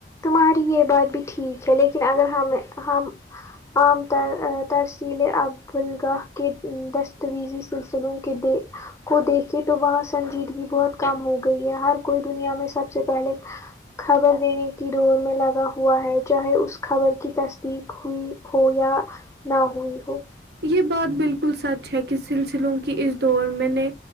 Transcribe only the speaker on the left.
ماری یہ بات بھی ٹھیک ہے لیکن اگر ہم ہم عام تر ا ترسیلے ابوالگاہ کے دستاویزی سلسلوں کے دے کو دیکھے تو وہاں سنجیدگی بہت کم ہو گئی ہے ہر کوئی دنیا میں سب سے پہلے خبر دینے کی دوڑ میں لگا ہوا ہے چاہے اس خبر کی تصدیق ہوئی ہو یا نہ ہوئی ہو